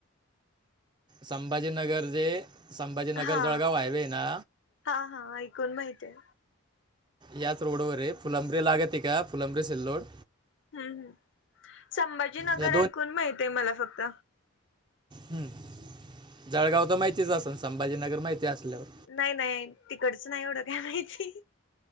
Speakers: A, on the right; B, on the left.
A: संभाजीनगर जे संभाजीनगर
B: हा
A: जळगाव हायवे ना!
B: हा हा ऐकून माहितय.
A: याच रोड वरे फुलंब्रीे लागत आहे का फुलंब्रीे सिल्लोड.
B: हम् ह संभाजीनगर
A: या
B: ऐकून माहितय मला फक्त.
A: हम्म, जळगाव तर माहितीच असेल संभाजीनगर माहिती असल्यावर.
B: नाही नाही तिकडच नाही एवढं काय माहिती.